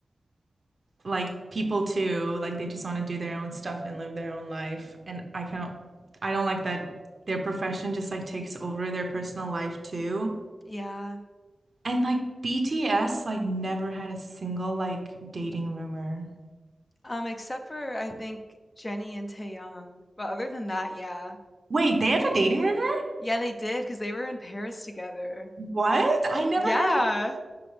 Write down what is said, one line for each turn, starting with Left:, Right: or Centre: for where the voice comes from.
Right: like people too. Like they just want to do their own stuff and live their own life. And I cannot I don't like that their profession just like takes over their personal life too.
Left: Yeah.
Right: And like BTS like never had a single like dating rumor.
Left: Um, except for I think Jenny and Taeyang. But other than that, yeah.
Right: Wait, they have a dating rumor?
Left: Yeah, they did because they were in Paris together.
Right: What? I never
Left: Yeah.
Right: heard